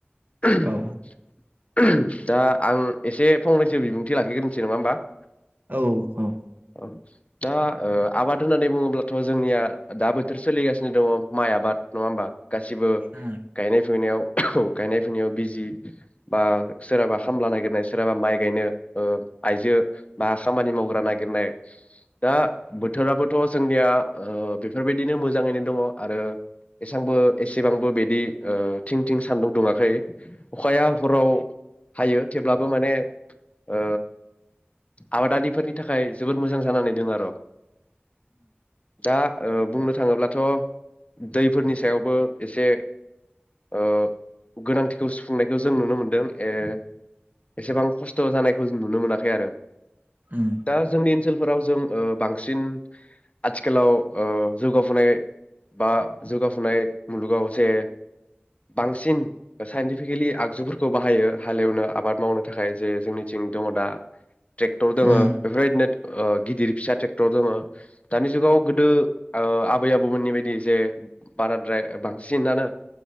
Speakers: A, on the left (about 35°); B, on the right (about 50°).
A: <unintelligible>
B: औ
A: <unintelligible> दा आं एसे फंनैसो बिबुंथि लाखिग्रोनोसै नङा होमबा दा
B: औ औ
A: ओ आबाद होननानै बुङोब्लाथ' जोंनिया दा बोथोर सोलिगासिनो दङ माइ आबाद नङा होमबा गासिबो
B: उम
A: गायनाय फुनायाव औ गायनाय फुनायाव बिजि बा सोरहाबा खामला नागिरनाय सोरहाबा माइ गायनो ओ आइजो बा खामानि मावग्रा नागिरनाय दा बोथोराबोथ' जोंनिया ओ बेफोरबायदिनो मोजाङैनो दङ आरो एसेबांबो एसेबांबो बिदि ओ थिं थिं सान्दुं दुङाखै अखाया हराव हायो थेवब्लाबो माने ओ आबादारिफोरनि थाखाय जोबोर मोजां जानानै दं आरो दा ओ बुंनो था थाङोब्लाथ' दैफोरनि सायावबो एसे ओ गोनांथि सुंफुंनायखौ जों नुनो मोनदों ए एसेबां खस्थ' जानायखौ जों नुनो मोनाखै आरो
B: उम
A: दा जोंनि ओनसोल फोराव जों ओ बांसिन आथिखालाव जौगाफुनाय बा जौगाफुनाय मुलुगाव जे बांसिन साइन्टिफिकेलि आगजुफोरखौ बाहायो हालेवनो आबाद मावनो थाखाय जे जोंनिथिं दङ दा ट्रेक्टर दङो
B: उम उम
A: बेफोरबायदिनो ओ गिदिर फिसा ट्रेक्टर दङ दानि जुगाव गोदो ओ आबै आबौमोननि बायदि जे बाराद्राय बांसिनानो